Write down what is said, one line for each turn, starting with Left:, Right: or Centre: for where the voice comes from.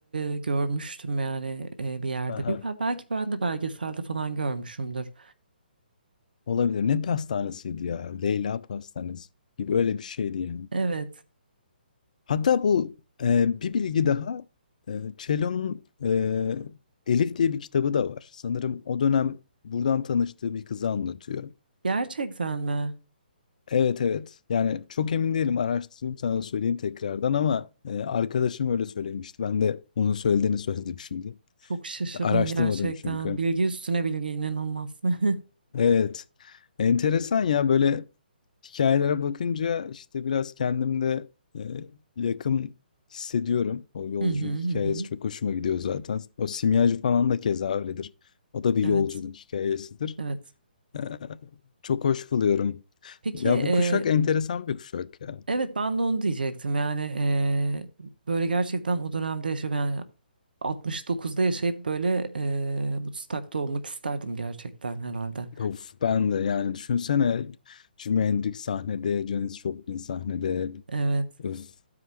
Right: e, görmüştüm yani e, bir yerde.
Left: Aha.
Right: Bir, belki ben de belgeselde falan görmüşümdür.
Left: Olabilir. Ne pastanesiydi ya? Leyla pastanesi gibi öyle bir şeydi yani.
Right: Evet.
Left: Hatta bu e, bir bilgi daha e, Cello'nun e, Elif diye bir kitabı da var. Sanırım o dönem buradan tanıştığı bir kızı anlatıyor.
Right: Gerçekten mi?
Left: Evet evet. Yani çok emin değilim. Araştırayım sana söyleyeyim tekrardan ama e, arkadaşım öyle söylemişti. Ben de onun söylediğini söyledim şimdi.
Right: Çok şaşırdım
Left: Araştırmadım
Right: gerçekten.
Left: çünkü.
Right: Bilgi üstüne bilgi inanılmaz. <laughs>
Left: Evet. Enteresan ya böyle hikayelere bakınca işte biraz kendimde yakın hissediyorum. O yolculuk
Right: Hı hı
Left: hikayesi
Right: hı. hı.
Left: çok hoşuma gidiyor zaten. O simyacı falan da keza öyledir. O da bir
Right: Evet,
Left: yolculuk hikayesidir.
Right: evet.
Left: E, çok hoş buluyorum.
Right: Peki,
Left: Ya
Right: e,
Left: bu kuşak enteresan bir kuşak ya.
Right: evet ben de onu diyecektim. Yani e, böyle gerçekten o dönemde yaşayan yani 69'da yaşayıp böyle e, Woodstock'ta olmak isterdim gerçekten herhalde.
Left: Of ben de yani düşünsene Jimi Hendrix sahnede, Janis Joplin sahnede.
Right: Evet.
Left: Öf